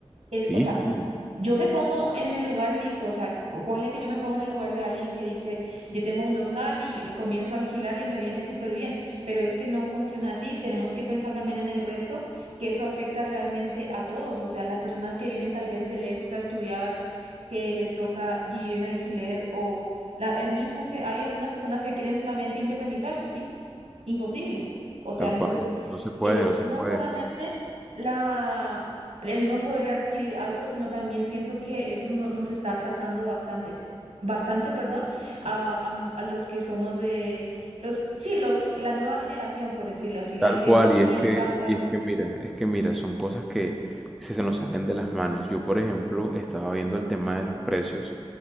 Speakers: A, on the right (about 85°); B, in the centre.
A: Es-
B: Sí,
A: o sea,
B: sí,
A: Yo me pongo en el lugar listo, o sea, ponle que yo me pongo en el lugar de alguien que dice, yo tengo un local y eh, comienzo a alquilar y me viene súper bien, pero es que no funciona así, tenemos que pensar también en el resto, que eso afecta realmente a todos, o sea, las personas que vienen tal vez de lejos a estudiar, que les toca vivir en alquiler o la- el mismo que hay algunas personas que quieren solamente independizarse, ¿sí? Imposible. O sea,
B: tal
A: entonces,
B: cual. No se puede,
A: eh,
B: no se
A: no
B: puede.
A: solamente la el no poder adquirir algo, sino también siento que eso no- nos está atrasando bastantes, bastante, perdón, a, a- a los que somos de los, sí, los, la nueva generación, por decirlo así, la
B: Tal
A: que
B: cual,
A: no ha tenido
B: y es que,
A: casa.
B: y es que mira, es que mira, son cosas que se, se nos salen de las manos. Yo, por ejemplo, estaba viendo el tema de los precios,